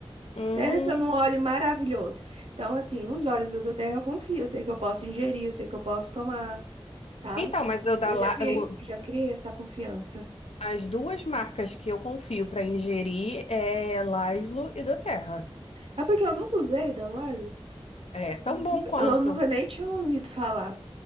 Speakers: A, on the left; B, on the right.
A: Hum.
B: Pensa num óleo maravilhoso. Então, assim, os óleos da Doterra eu confio, eu sei que eu posso ingerir, eu sei que eu posso tomar, sabe?
A: Então, mas eu da
B: Eu
A: La-
B: já criei,
A: o-
B: já criei essa confiança.
A: as duas marcas que eu confio para ingerir é Laszlo e Doterra.
B: É porque eu nunca usei da lá.
A: É tão bom
B: Nunca-
A: quanto.
B: Eu nunca nem tinha ouvido falar,